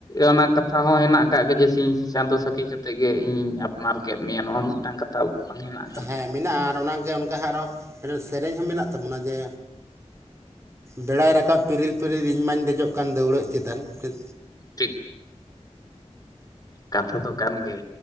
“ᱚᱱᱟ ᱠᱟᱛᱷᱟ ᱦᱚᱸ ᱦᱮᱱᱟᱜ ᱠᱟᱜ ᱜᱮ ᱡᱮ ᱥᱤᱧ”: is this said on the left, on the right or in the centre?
Left